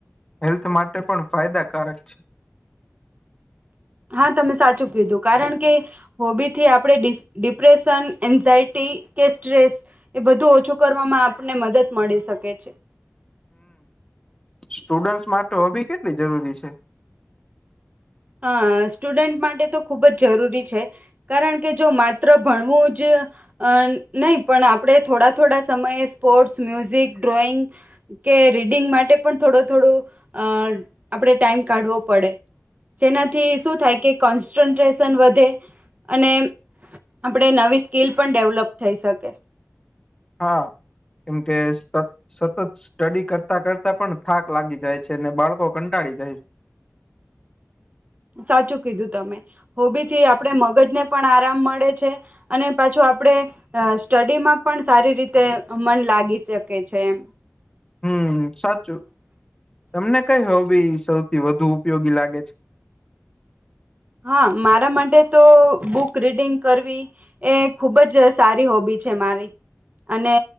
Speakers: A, on the left; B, on the right.
A: હેલ્થ માટે પણ ફાયદાકારક છે.
B: હા તમે સાચું કીધું કારણ કે હોબીથી આપણે ડિસ ડિપ્રેશન, એન્ઝાયટી કે સ્ટ્રેસ એ બધું ઓછું કરવામાં આપને મદદ મળી શકે છે.
A: સ્ટુડન્ટ માત હોબી કેટલી જરૂરી છે.
B: હ સ્ટુડન્ટ માટે તો ખૂબ જ જરૂરી છે. કારણ કે જો માત્ર ભણવું જ અ નહીં પણ આપણે થોડા થોડા સમયે સ્પોર્ટ્સ, મ્યુઝિક, ડ્રોઈંગ કે રીડિંગ માટે પણ થોડો થોડું અ આપણે ટાઈમ કાઢવો પડે જેનાથી શું થાય કે કોન્સન્ટ્રેશન વધે અને આપણે નવી સ્કીલ પણ ડેવલપ થઈ શકે
A: હા કેમ કે એસ ત સતત સ્ટડી કરતા કરતા પણ થાક લાગી જાય છે, ને બાળકો કંટાળી જાય છે.
B: સાચું કીધું તમે હોબી થી આપણે મગજને પણ આરામ મળે છે. અને પાછો આપડે. અ સ્ટડીમાં પણ સારી રીતે મન લાગી શકે છે, એમ
A: હમ સાચું તમને કઈ હોબી સૌથી વધુ ઉપયોગી લાગે છે.
B: હા મારા માટે તો બુક રીડિંગ કરવી એ ખૂબ જ સારી હોબી છે, મારી અને